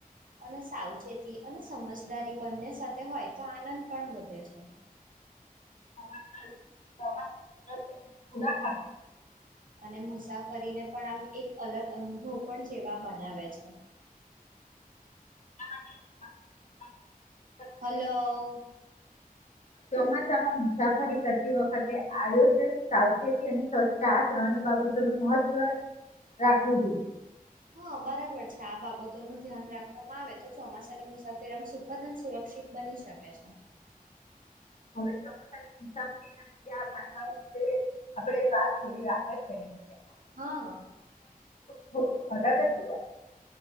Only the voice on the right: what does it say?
અને સાવચેતી અને સમજદારી બંને સાથે હોય તો આનંદ પણ વધે છે. <inaudible>
અને મુસાફરીને પણ આમ એક અલગ અનુભવ પણ જેવા બનાવે છે.
હાલો.
હા બરાબર છે, આ બાબતો નું ધ્યાન રાખવામાં આવે તો ચોમાસાની મુસાફરીમાં સુખદ અને સુરક્ષિત ક્ષિત બની શકે છે.
હા.